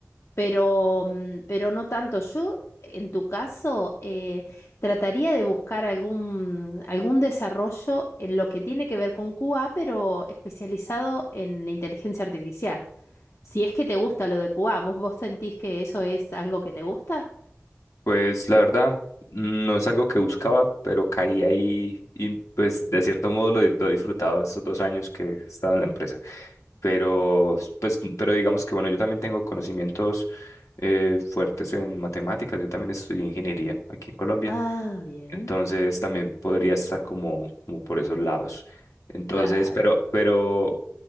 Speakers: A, on the left (about 60°); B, on the left (about 75°).
A: pero, mm, pero no tanto. Yo, en tu caso, eh, trataría de buscar algún, algún desarrollo en lo que tiene que ver con QA, pero especializado en inteligencia artificial. Si es que te gusta lo de QA, ¿vos, vos sentís que eso es algo que te gusta?
B: Pues la verdad, no es algo que buscaba, pero caí ahí y pues de cierto modo lo, he- lo he disfrutado estos dos años que he estado en la empresa. pero pues pero digamos que bueno, yo también tengo conocimientos eh, fuertes en matemáticas, yo también estudié ingeniería aquí en Colombia,
A: Ah, bien,
B: entonces también podría estar como como por esos lados. Entonces,
A: claro.
B: pero pero